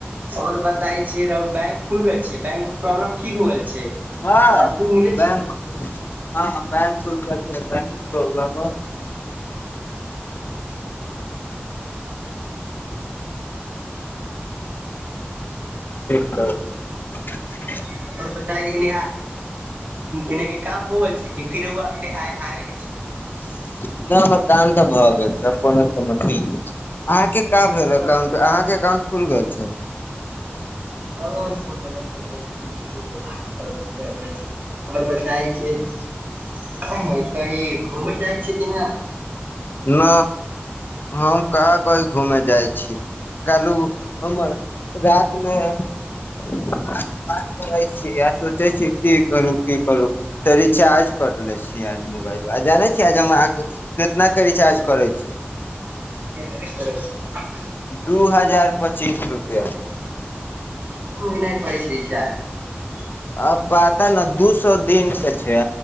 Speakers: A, on the right; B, on the left.
A: आओर बताई छिये राउर बैंक खुल गेल छै बैंक के प्रॉब्लम ठीक हो गेल छै
B: हँ
A: पासबुक मिले
B: बैंक
A: छै
B: हँ ह बैंक बैंक के प्रोबलम <unintelligible> <unintelligible> <inaudible>
A: आओर बताइ एने आ एनेके काम हो गेल छै कि फिर ओ आबे के छै
B: <inaudible> न काम तऽ भऽ गेल छै कोनो समस्य अहाँ के का भेल काम अहाँके क मन खुल गेल छै
A: हँ सबर ता बहुत ह न सब बढ़िआं होइ छै आओर बताई छै हँ कही घूमय चाहै छीयै कि नहि
B: न हम कँहा कई घुमे जाइ छी कहलहु हमर रात मे करै छी आ सोचे छी की करू की करू त रिचार्ज कर ले छीय मोबाइल जानै छी हम अहाँ कितना के रिचार्ज करै छी
A: केतना के करय छी
B: दू हजार पच्चीस रुपआ के
A: एको भी नाय करै छी र रिचार्ज
B: अ पता न दू सए दिन के छै